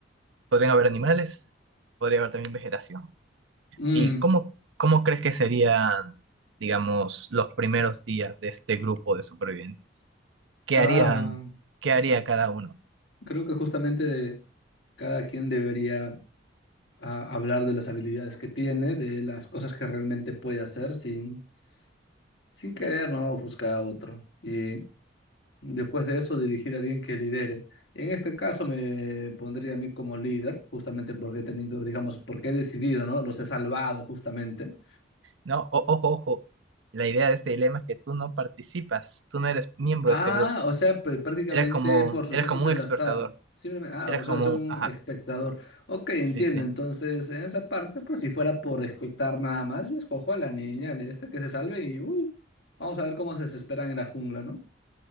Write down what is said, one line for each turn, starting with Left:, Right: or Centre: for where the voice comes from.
Right: podrían haber animales, podría haber también vegetación.
Left: Mm,
Right: ¿Y cómo, cómo crees que serían, digamos, los primeros días de este grupo de supervivientes? ¿Qué
Left: ah,
Right: harían, qué haría cada uno?
Left: creo que justamente cada quien debería ah, hablar de las habilidades que tiene, de las cosas que realmente puede hacer sin, sin querer, ¿no? Ofuscar a otro. Y después de eso, dirigir a alguien que lidere. En este caso me pondría a mí como líder, justamente porque he tenido, digamos, porque he decidido, ¿no? Los he salvado justamente
Right: No, O- ojo, ojo, la idea de este dilema es que tú no participas, tú no eres miembro
Left: Ah,
Right: de este grupo.
Left: o sea, pr- prácticamente
Right: Eres como,
Left: por sucesos
Right: eres como
Left: del
Right: un expertador,
Left: azar. Simplemente, ah,
Right: eres
Left: o sea,
Right: como,
Left: es un
Right: ajá,
Left: espectador. Ok, entiendo.
Right: sí, sí,
Left: Entonces, en esa parte, pues si fuera por espectar nada más, yo escojo a la niña, le esta que se salve y uy, vamos a ver cómo se desesperan en la jungla, ¿no?